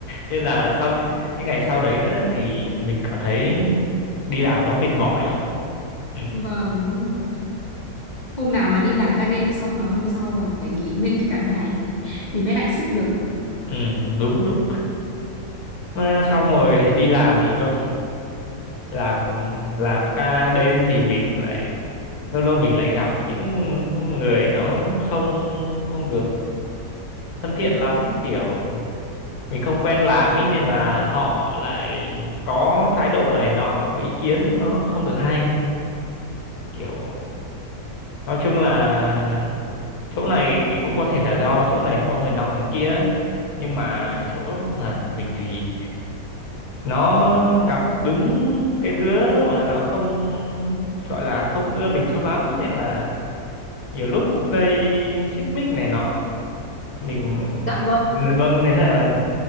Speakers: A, on the left; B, on the left.
A: nên là sau những những ngày sau đấy nữa thì mình cảm thấy đi làm nó mệt mỏi lắm ừ,
B: Vâng, đúng rồi. Hôm nào mà đi làm ca đêm xong là hôm sau rồi phải nghỉ nguyên cả ngày thì mới lại sức được.
A: ừ đúng đúng Mà xong rồi đi làm thì có làm làm ca đêm thì mình lại lâu lâu mình lại gặp những người nó không không được thân thiện lắm kiểu mình không quen làm ấy nên là họ lại có thái độ này nọ có ý kiến nó không được hay kiểu nói chung là chỗ này thì cũng có thể là do chỗ này có người nọ người kia ấy. nhưng mà chỗ làm của mình thì nó gặp đúng cái đứa mà nó không gọi là không ưa mình cho lắm nên là nhiều lúc cũng gây xích mích này nọ mình
B: Dạ vâng.
A: vâng nên là